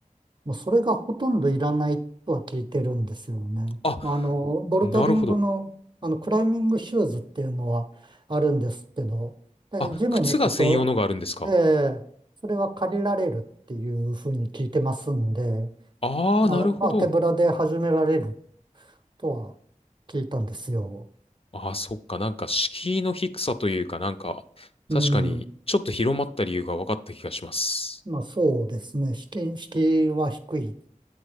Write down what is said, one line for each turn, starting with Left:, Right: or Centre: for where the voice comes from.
Right: まあ、それがほとんどいらないとは聞いてるんですよね。
Left: あ、
Right: まああの、ボルダリングの、
Left: なるほど。
Right: あの、クライミングシューズっていうのはあるんですけど、だからジムに行くと、
Left: あ、靴が専用のがあるんですか
Right: ええそれは借りられるっていうふうに聞いてますんで、
Left: ああー、
Right: まあ、
Left: なるほど。
Right: まあ、手ぶらで始められるとは聞いたんですよ。
Left: ああ、そっか。なんか敷居の低さというかなんか、確かにちょっと広まった理由が分かった気がします。
Right: うん。まあ、そうですね。敷居、敷居は低い